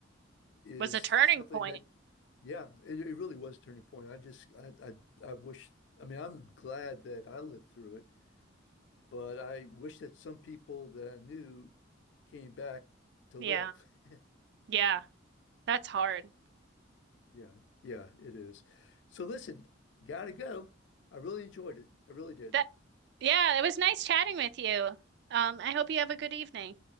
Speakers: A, on the left; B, on the right.
A: is
B: Was a
A: something
B: turning point.
A: that, yeah, it, it really was a turning point. I just, I, I, I wish, I mean, I'm glad that I lived through it, but I wish that some people that I knew came back to
B: Yeah,
A: live. <laughs>
B: yeah. That's hard.
A: Yeah, yeah, it is. So listen, gotta go. I really enjoyed it. I really did.
B: That yeah, it was nice chatting with you. Um, I hope you have a good evening.